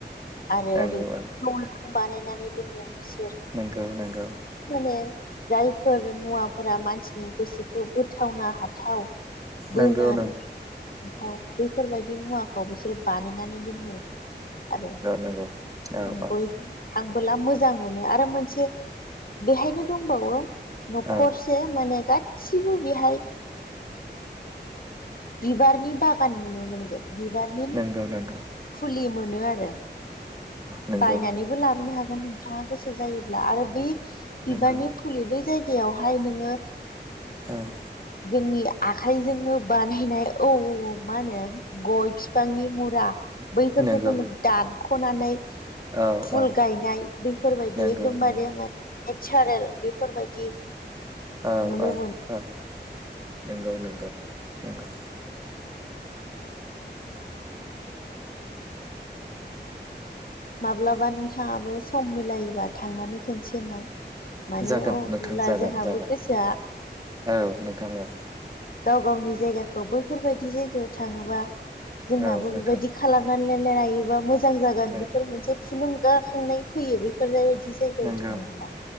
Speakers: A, on the left; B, on the right.
A: आरो
B: नंगौ
A: ओरै
B: औ
A: द बानायनानै दोनदों बिस
B: नोंगौ नोंगौ
A: माने जायफोर मुवाफोरा मानसिनि गोसोखौ बोथावनो हाथाव
B: नंगौ
A: बोना
B: नंगौ
A: हाथाव बेफोरबायदि मुवाखौ बिसोरो बानायनानै दोनो आरो
B: नंगौ औ
A: ओं
B: औ
A: बै आंबोला मोजां मोनो आरो मोनसे बेहायनो दंबावो न'खर
B: औ
A: माने गासिबो बेहाय बिबारनि बागान नुनो मोनगोन बिबारनि
B: नगौ नांगौ
A: फुलि मोनो आरो
B: नंगौ
A: बायनानै बो लाबोनो हागोन नोंथाङा गोसो जायोब्ला आरो बै बिबारनि
B: नंगौ
A: सुलियो बै जायगायावहाय नोङो
B: औ
A: जोंनि आखाइजोंनो बानायनाय औ मा होनो गय फिफांनि मुरा बैफोरखौनो
B: नंगौ
A: दानख'नानै
B: औ
A: फुल
B: औ
A: गायनाय बेफोरबायदि
B: नंगौ
A: एकदमबारे
B: नंगौ
A: मान नेचारेल बेफोरबायदि
B: औ
A: नुनो
B: औ
A: मोनो
B: औ नंगौ नंगौ नंगौ
A: माब्लाबा नोंथाङाबो सम मिलायोबा थांनानै खोनसेनाय माने
B: जागोन
A: अ
B: नोंथां
A: बिदिब्ला
B: जागोन
A: जोंहाबो
B: जागोन
A: गोसोआ
B: औ नोंथां औ
A: गाव गावनि जायगाखौ बैफोरबायदि जायगायाव थाङोबा जोंनाबो
B: औ नोंथां
A: बेबायदि खालामनानै लायोबा मोजां जागोन
B: नंगौ
A: बेफोर मोनसे थुलुंगाखांनाय फैयो बेफोर जायबायदि जायगायाव
B: नंगौ
A: थाङोब्ला